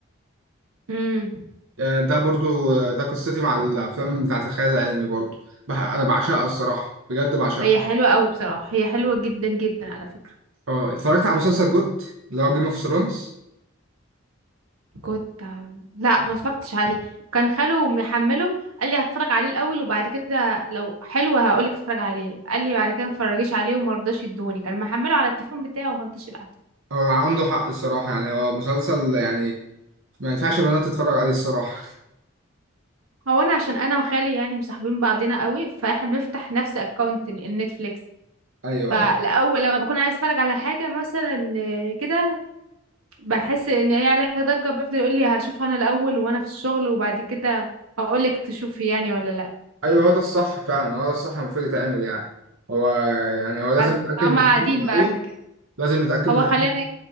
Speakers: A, on the right; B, on the right.
A: امم
B: آه، ده برضو آه، ده قصتي مع الافلام بتاعت الخيال العلمي برضو بح- انا بعشقها الصراحة بجد بعشقها
A: هي حلوة قوي بصراحة هي حلوة جدا جدا على فكرة
B: اه اتفرجت على مسلسل جوت اللي هو جيم اوف ثرونز
A: كنت لا ما اتفرجتش عليه كان خاله محمله قال لي هتفرج عليه الاول وبعد كده لو حلو هقول لك اتفرج عليه قال لي بعد كده ما تتفرجيش عليه وما رضاش يدوني كان محمله على التليفون بتاعه وما رضاش يبعته
B: هو عنده حق الصراحة يعني هو مسلسل يعني ما ينفعش بنات تتفرج عليه الصراحة
A: هو انا عشان انا وخالي يعني مصاحبين بعضنا قوي فاحنا بنفتح نفس اكونت النتفليكس
B: <laughs> ايوه
A: فالاول
B: ايوه
A: لما بكون عايز اتفرج على حاجه مثلا آه، كده بحس ان هي عليها ضجه بيفضل يقول لي هشوفها انا الاول وانا في الشغل وبعد كده هقول لك تشوفي يعني ولا لا
B: ايوه هو ده الصح فعلا هو ده الصح المفروض يتعمل يعني هو يعني هو لازم
A: بس
B: يتأكد
A: فهم
B: من الفيلم
A: قاعدين
B: الأول
A: بقى احنا كده
B: لازم يتأكد
A: هو
B: من الفيلم
A: خلاني